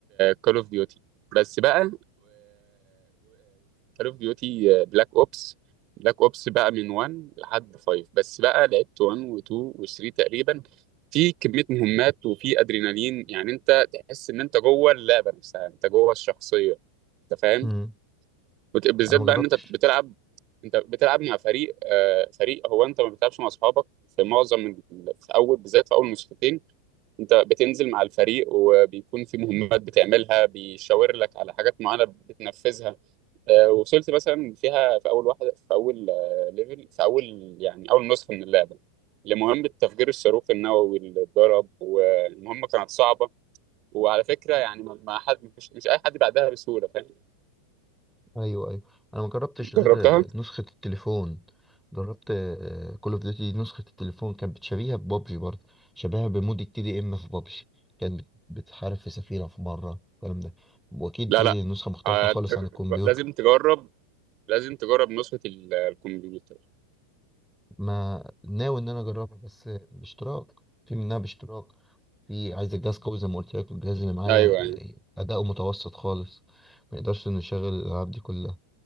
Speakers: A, on the right; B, in the centre.
A: كول اوف ديوتي بس بقى كول اوف ديوتي بلاك اوبس بلاك اوبس بقى من 1 لحد 5 بس بقى لعبت 1 و2 و3 تقريبا في كميه مهمات وفي ادرينالين يعني انت تحس ان انت جوه اللعبه نفسها انت جوه الشخصيه انت فاهم
B: مم.
A: وت- بالذات
B: انا ما
A: بقى
B: جربتش
A: ان انت بتلعب انت بتلعب مع فريق آه، فريق هو انت ما بتلعبش مع اصحابك في معظم ال- في اول بالذات في اول نسختين انت بتنزل مع الفريق وبيكون في مهمات بتعملها بيشاور لك على حاجات معينه بتنفذها آه، وصلت مثلا فيها في اول واحده في اول آه، ليفل في اول يعني اول نسخه من اللعبه لمهمه تفجير الصاروخ النووي اللي اتضرب والمهمه كانت صعبه وعلى فكره يعني ما ما حد مش, مش اي حد بعدها بسهوله فاهم
B: ايوه ايوه انا ما جربتش
A: جربتها
B: غير نسخة التليفون جربت كول اوف ديوتي نسخة التليفون كانت بتشبيهها ببابجي برضه شبيهها بمود التي دي ام في بابجي كانت بت- بتحارب في سفينة في مرة الكلام ده واكيد
A: لا
B: دي
A: لا
B: نسخة مختلفة
A: آه،
B: خالص
A: ت-
B: عن الكمبيوتر
A: لازم تجرب لازم تجرب نسخة ال- الكمبيوتر
B: ما ناوي ان انا اجربها بس باشتراك في منها باشتراك في عايز الجهاز قوي زي ما قلت لك والجهاز اللي معايا
A: ايوه يعني
B: اداؤه متوسط خالص ما يقدرش انه يشغل الالعاب دي كلها